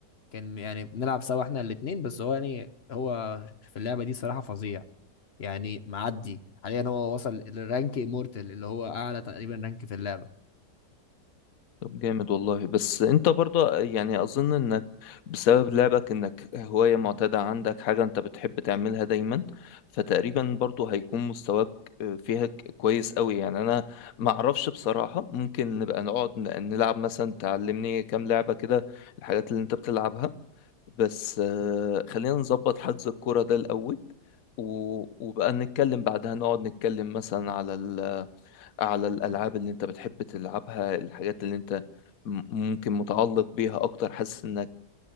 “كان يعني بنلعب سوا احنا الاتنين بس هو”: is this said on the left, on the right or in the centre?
Left